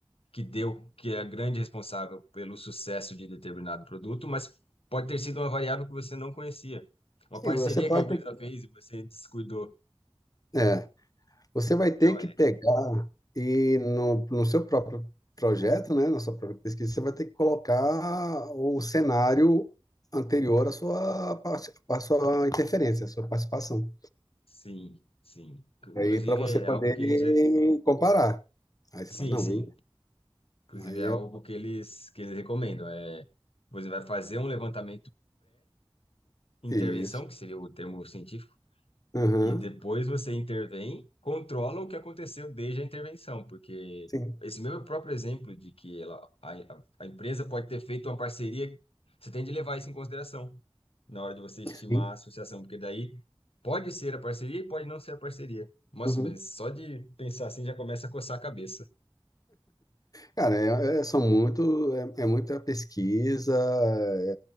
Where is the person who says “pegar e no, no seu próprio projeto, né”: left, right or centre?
Left